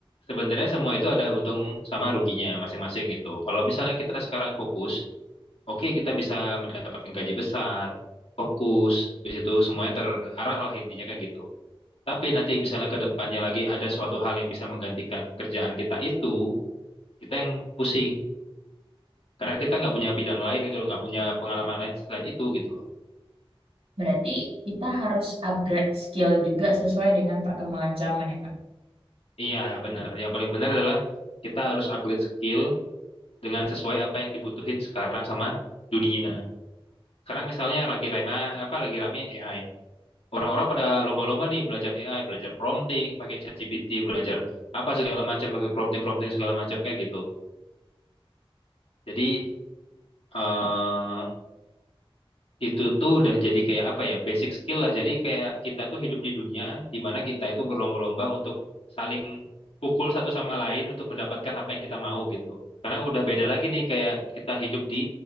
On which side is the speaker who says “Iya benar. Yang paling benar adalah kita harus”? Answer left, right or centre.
Left